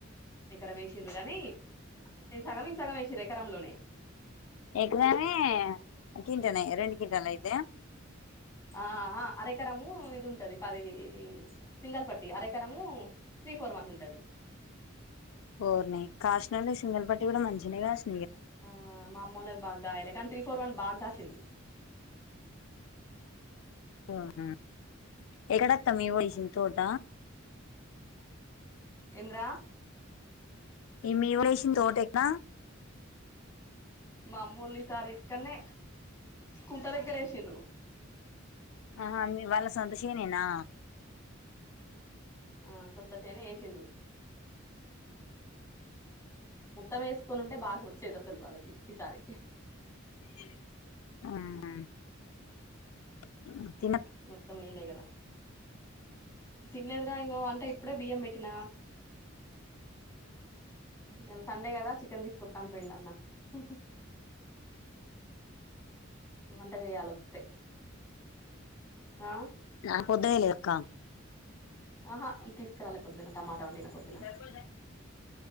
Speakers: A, on the left; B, on the left.
A: ఎకరం ఏసిండ్రు గాని అది సగం ఇది సగం వేసిర్రు ఎకరంలోనే
B: ఎకరమే కింటనే రెండు కింటాల్ ఐతాయా
A: ఆ ఆ అరెకరము ఇది ఉంటది పది సింగల్ పట్టి అరెకరము త్రీ ఫోర్ వన్ ఉంటది
B: ఓరిని కాశినయ్ సింగల్ పట్టి కూడా మంచిగానే కష్
A: ఆ మా అమ్మోళ్ళది బాగా కాయాలే కానీ త్రీ ఫోర్ వన్ బాగా కాసింది
B: ఆహ ఎక్కడక్క మీ వొల్లేసింది తోట
A: ఎంద్రా
B: ఈ మీ కూడా వేసింది తోట ఎక్కడ?
A: మామ్మూళ్ళసారి ఇక్కనే కుంట దగ్గర వేసిండ్రు
B: ఆ హా మీ వాళ్ళది సోంత శేనేనా
A: ఆ సొంత చేనే ఏసిండ్రు మొత్తమేస్కొని ఉంటే బాగోచ్చేది అసలు వాళ్ళకి ఈసారి
B: ఆహ్
A: ఉత్త మేలే కదా తినలేద్రా ఇంగో వంట ఇప్పుడే బియ్యం పెట్టినా ఇలా సండే కదా చికెన్ తీసుకొస్తా అను పోయిండన్న హుహ వంట చేయాల ఓత్తే ఆ
B: నాక్ పోద్దేలక్కా
A: ఆహా తీసుకురాలే పొద్దున్న టమాటా వండిన పొద్దున
B: అవున